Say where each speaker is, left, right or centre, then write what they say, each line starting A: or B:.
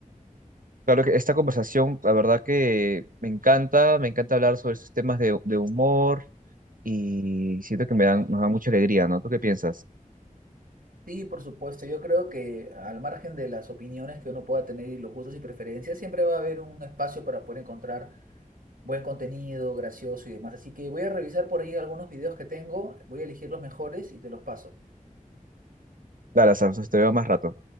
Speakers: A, on the right; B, on the right.
A: claro que esta conversación, la verdad que me encanta, me encanta hablar sobre estos temas de, de humor y siento que me dan, nos dan mucha alegría, ¿no? ¿Tú qué piensas?
B: Sí, por supuesto. Yo creo que al margen de las opiniones que uno pueda tener y los gustos y preferencias, siempre va a haber un espacio para poder encontrar buen contenido, gracioso y demás. Así que voy a revisar por ahí algunos videos que tengo, voy a elegir los mejores y te los paso.
A: Dale, Sam, te veo más rato.